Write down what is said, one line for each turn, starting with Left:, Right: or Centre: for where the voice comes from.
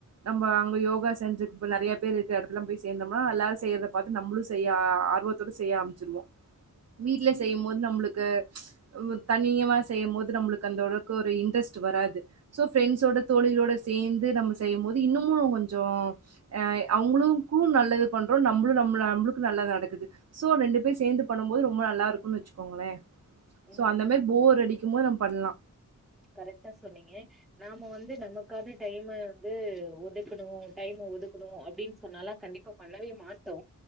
Right: நம்ம அங்க யோகா சென்சூ இப்ப நெறைய பேர் இருக்கு எடத்துலா போய் சேர்ந்தம்னா எல்லாரு செய்யறத பாத்து நம்மளு செய்ய ஆர்வத்தோடு செய்ய ஆரம்மிச்சிருவோ வீட்ல செய்யு போது நம்மளுக்கு தனிய செய்யு போது நம்மளுக்கு அந்தளவுக்கு ஒரு இன்டெரஸ்ட் வராது ஷோ ப்ரெண்ட்ஸோட தோழிகளோட சேர்ந்து நம்ம செய்யு போது இன்னமு கொஞ்சோ அ அவுங்களுக்கு நல்லது பண்றோ நம்ளு நம் நம்ளுக்கு நல்லது நடக்குது ஷோ ரெண்டு பேர் சேந்து பண்ணு போது ரொம்ப நல்லா இருக்கும்ன்னு வச்சுக்கோங்களே
Centre: ம்
Right: ஷோ அந்த மே ஃபோர் அடிக் ம்மோ நம் பண்ணலா
Centre: கரெக்ட்டா சொன்னீங்க நாம வந்து நமக்கான டைம் வந்து ஒதுக்கனு டைம் ஒதுக்கனு அப்பிடின் சொன்னாலா கண்டிப்பா பண்ணவே மாட்டோ